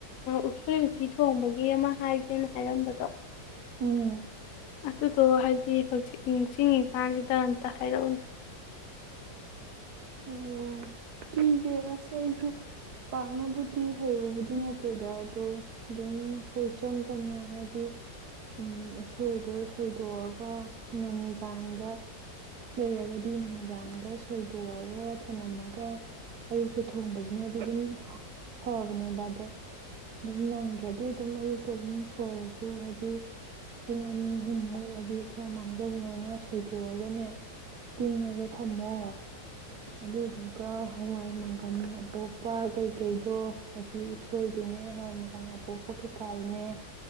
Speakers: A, on the left; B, on the right.
A: ꯎꯁꯣꯏ ꯎꯇꯤ ꯊꯣꯡꯕꯒꯤ ꯑꯃ ꯍꯥꯏꯒꯦꯅ ꯍꯥꯏꯔꯝꯕꯗꯣ
B: ꯎꯝ
A: ꯑꯗꯨꯗꯣ ꯍꯥꯏꯗꯤ ꯍꯧꯆ ꯅꯤꯡꯁꯤꯡꯉꯤꯀꯥꯟꯁꯤꯗ ꯑꯝꯇ ꯍꯥꯏꯔꯛꯎꯅꯦ
B: ꯑꯣ ꯇꯤꯁꯦ ꯑꯁ ꯑꯩꯁꯨ ꯄꯥꯛꯅꯕꯨꯗꯤ ꯍꯩꯕꯕꯨꯗꯤ ꯅꯠꯇꯦꯗ ꯑꯗꯣ ꯑꯗꯨꯝ ꯑꯩꯣꯏ ꯏꯆꯝ ꯆꯝꯅ ꯍꯥꯏꯗꯤ ꯎ ꯑꯁꯣꯏꯗꯣ ꯁꯣꯏꯗꯣꯛꯑꯒ ꯅꯨꯃꯤꯗꯥꯡꯗ ꯂꯩꯔꯒꯗꯤ ꯅꯨꯃꯤꯗꯥꯡꯗ ꯊꯣꯏꯇꯣꯛꯑꯒ ꯊꯅꯂꯝꯝꯃꯒ ꯑꯌꯨꯛꯇ ꯊꯣꯡꯕꯁꯤꯅꯗꯤ ꯑꯗꯨꯝ ꯐꯕꯅꯦꯕ ꯑꯗꯣ ꯑꯗꯨꯝ ꯅꯪꯗ꯭ꯔꯗꯤ ꯑꯗꯨꯝ ꯑꯌꯨꯛꯇ ꯑꯗꯨꯝ ꯁꯣꯏꯔꯁꯨ ꯍꯥꯏꯗꯤ ꯄꯨꯡ ꯑꯅꯤ ꯑꯍꯨꯝꯃꯨꯛꯑꯗꯤ ꯈꯔ ꯃꯥꯡꯖꯧꯅꯅ ꯁꯣꯏꯗꯣꯛꯑꯒꯅꯦ ꯇꯤꯡꯉꯒ ꯊꯝꯃꯣ ꯑꯗꯨꯗꯨꯒ ꯍꯋꯥꯏ ꯃꯪꯒꯜ ꯑꯄꯣꯛꯄ ꯀꯩꯀꯩꯗꯣ ꯍꯥꯏꯗꯤ ꯎꯁꯣꯏꯗꯨꯅꯦ ꯍꯋꯥꯏ ꯃꯪꯒꯜ ꯑꯄꯣꯛꯄ ꯀꯩꯀꯥꯗꯨꯅꯦ